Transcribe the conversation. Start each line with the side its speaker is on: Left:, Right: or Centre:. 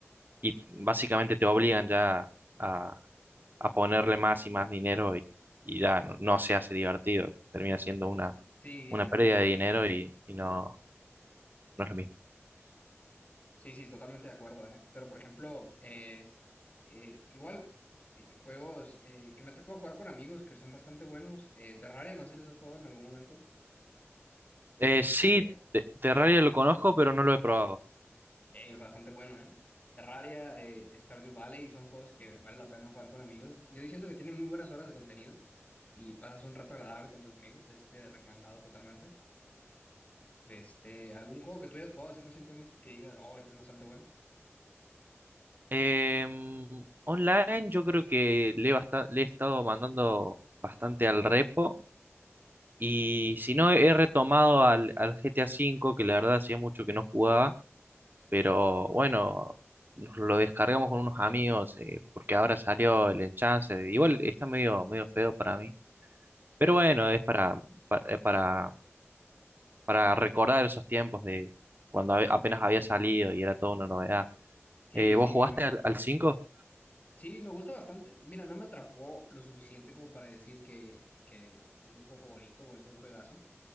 Right: y t- básicamente te obligan ya a, a ponerle más y más dinero y, y ya no, no se hace divertido, termina siendo una,
Left: Sí,
Right: una
Left: sí.
Right: pérdida de dinero y, y no, no es lo mismo.
Left: Sí, sí, totalmente de acuerdo, ¿eh? Pero, por ejemplo, eh, eh, igual, eh, juegos eh, que me tocó jugar con amigos que son bastante buenos. eh, Terraria, no sé si los has jugado en algún momento. Este,
Right: Eh, sí, te- Terraria
Left: ajá,
Right: lo conozco, pero no lo he probado.
Left: eh, es bastante bueno, ¿eh? Terraria, eh, Stardew Valley, son juegos que vale la pena jugar con amigos. Yo siento que tienen muy buenas horas de contenido y pasas un rato agradable con tus amigos, este, recomendado totalmente. De este, algún juego que tú hayas jugado así recientemente que digas, oh, este es bastante bueno.
Right: Em, online yo creo que le he, basta- le he estado mandando bastante al repo. Y si no, he retomado al, al GTA V, que la verdad hacía mucho que no jugaba, pero bueno, nos lo descargamos con unos amigos, eh, porque ahora salió el enchance Igual está medio, medio feo para mí, pero bueno,
Left: ¿Ah?
Right: es para, para, eh, para, para recordar esos tiempos de cuando hab- apenas había salido y era toda una novedad.
Left: Sí,
Right: Eh,
Left: sí,
Right: ¿vos jugaste
Left: me imagino.
Right: al, al cinco
Left: Sí, me gusta bastante. Mira, no me atrapó lo suficiente como para decir que, que es mi juego favorito o es un juegazo.